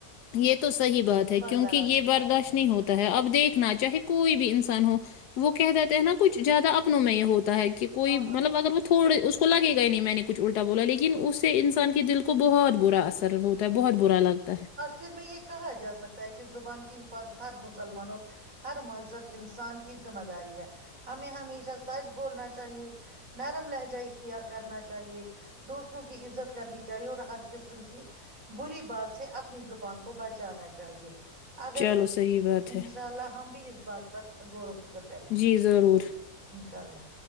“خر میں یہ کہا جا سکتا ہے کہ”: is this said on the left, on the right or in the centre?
Right